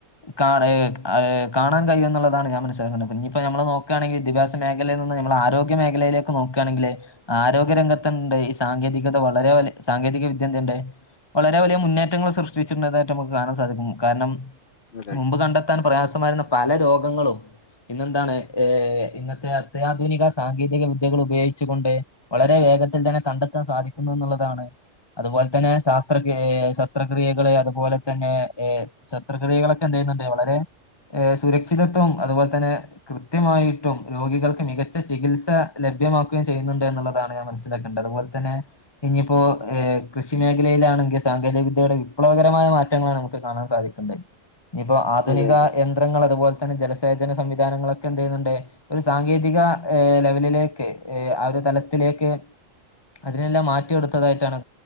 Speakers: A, on the left; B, on the left.
A: കാ ഏ ഏ കാണാൻ കഴിയുന്നുള്ളതാണ് ഞാൻ മനസിലാക്കണ്ടത് ഇഞ്പ്പോ നമ്മൾ നോക്കാണെങ്കിൽ വിദ്യാഭ്യാസ മേഖല പിഞ്ഞമ്മള് ആരോഗ്യമേഖലയിലേക്ക് നോക്കാണെങ്കിൽ ആരോഗ്യരംഗത്തു ണ്ട് ഈ സാങ്കേതികത വളരെ വലി സാങ്കേതിക വിദ്യന്തുണ്ട് വളരെ വലിയ മുന്നേറ്റങ്ങൾ സൃഷ്ടിച്ചിട്ട്ണ്ടതായിട്ട് നമുക്ക് കാണാൻ സാധിക്കും കാരണം
B: അതെ
A: മുമ്പ് കണ്ടെത്താൻ പ്രയാസമായിരുന്ന പല രോഗങ്ങളും ഇന്നെന്താണ് ഏ ഇന്നത്തെ അത്യാധുനിക സാങ്കേതിക വിദ്യകൾ ഉപയോഗിച്ചു കൊണ്ട് വളരെ വേഗത്തി ത്തിൽ തന്നെ കണ്ടെത്താൻ സാധിക്കുന്നു എന്നുള്ളതാണ് അതുപോലെ തന്നെ ശാസ്ത്രക് ഏ ശസ്ത്രക്രിയകള് അതുപോലെ തന്നെ ഏ ശസ്ത്രക്രിയകളൊക്കെ എന്തെ നണ്ട് വളരെ ഏ സുരക്ഷിതത്വം അതുപോലെ തന്നെ കൃത്യമായിട്ടും രോഗികൾക്ക് മികച്ച ചികിത്സ ലഭ്യ ലഭ്യമാക്കുകയും ചെയ്യൂന്നുണ്ട് എന്നുള്ളതാണ് ഞാൻ മനസ്സ് അതൊക്കെണ്ട് അതുപോലെ തന്നെ ഇനിയിപ്പോ ഏ കൃഷി മേഖലയിലാണെങ്കിൽ സാങ്കേതിക വിദ്യയുടെ വിപ്ലവകരമായ മാറ്റങ്ങളാണ് നമുക്ക് കാണാൻ സാധിക്കുന്നത് ഇഞ്പ്പോ ആധുനിക
B: അതെ അതെ
A: യന്ത്രങ്ങൾ അതുപോലെ തന്നെ ജല ത്തേചന സംവിധാനങ്ങളൊക്കെ എന്തെയ്യ്ന്ന്ണ്ട് ഒരു സാങ്കേതിക ഏ ലെവലിലേക്ക് ഏ ആ ഒരു തലത്തിൽ ഏക് അതിനെല്ലാം മാറ്റി കൊടുത്തതായിട്ടാണ്